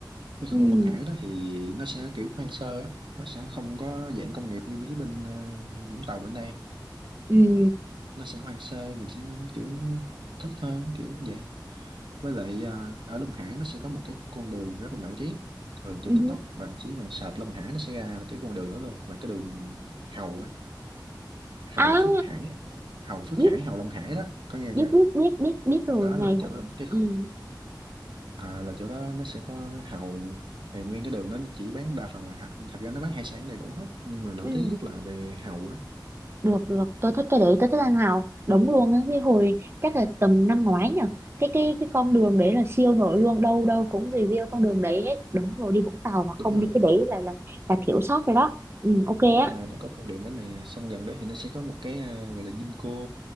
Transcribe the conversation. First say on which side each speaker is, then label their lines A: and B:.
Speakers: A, on the right; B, on the right.
A: cái
B: ừ
A: khu Long Hải đó thì nó sẽ kiểu hoang sơ á nó sẽ không có dạng công nghiệp như với bên ờ, Vũng Tàu bên đây
B: ừ
A: nó sẽ hoang sơ mình sẽ kiểu thích hơn kiểu vậy với lại à, ở Long Hải nó sẽ có một cái con đường rất là nổi tiếng thường trên
B: ừ
A: TikTok bạn chỉ cần search Long Hải nó sẽ ra là cái con đường đó luôn là cái đường Hầu á Hầu
B: à
A: Phước Hải á. Hầu Phước
B: biết
A: Hải Hầu Long Hải đó có nghe
B: biết
A: chưa
B: biết biết biết biết rồi
A: đó
B: ngày
A: là chỗ đó cái khu-
B: ừ
A: à, là chỗ đó nó sẽ có Hầu thì nguyên cái đường đó nó chỉ bán đa phần là hạ- thật ra nó bán hải sản đầy đủ hết nhưng mà nổi
B: ừ
A: tiếng nhất là về Hầu á
B: được được tôi thích cái đấy tôi thích anh Hào đúng luôn á cái hồi chắc là tầm năm ngoái nhỉ cái cái cái con đường đấy là siêu nổi luôn đâu đâu cũng review con đường đấy hết đúng rồi đi Vũng Tàu mà
A: đúng
B: không
A: rồi
B: đi cái đấy là là là thiếu sót rồi đó ừ, ok
A: đúng
B: á
A: rồi nó có con đường đó nè xong gần đó thì nó sẽ có một cái à, gọi là Vinco